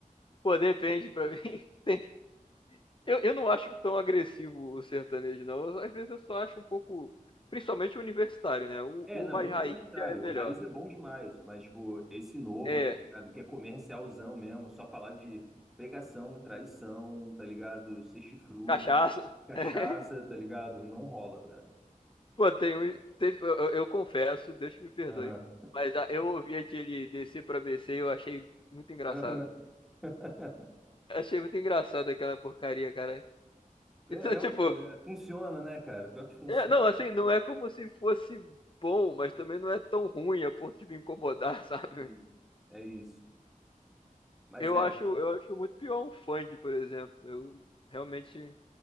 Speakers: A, on the left; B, in the centre.
A: Pô, depende pra mim. <laughs> Tem- eu, eu não acho tão agressivo o sertanejo, não. Eu- Às vezes eu só acho um pouco. Principalmente o universitário, né? O,
B: É,
A: o
B: não,
A: mais
B: universitário.
A: raiz já é melhor.
B: O Raiz é bom demais, mas, tipo, esse novo,
A: É,
B: tá ligado? Que é comercialzão mesmo, só falar de pegação, traição, tá ligado? Ser chifrudo,
A: cachaça.
B: cachaça,
A: <laughs>
B: tá ligado? Não rola, brother.
A: Pô, tem um. teve- eu, eu- eu confesso, Deus que me perdoe.
B: Aham,
A: Mas ah, eu ouvi aquele descer pra BC e eu achei muito engraçado.
B: aham. <laughs>
A: Achei muito engraçado aquela porcaria, cara.
B: É,
A: Então, <laughs>
B: é
A: tipo,
B: o que é. Funciona, né, cara? Pior que funciona.
A: é, não, assim, não é como se fosse bom, mas também não é tão ruim a ponto de me incomodar, <laughs> sabe?
B: Sim, é isso. Mas
A: Eu
B: é,
A: acho, eu acho muito pior um funk, por exemplo. Eu realmente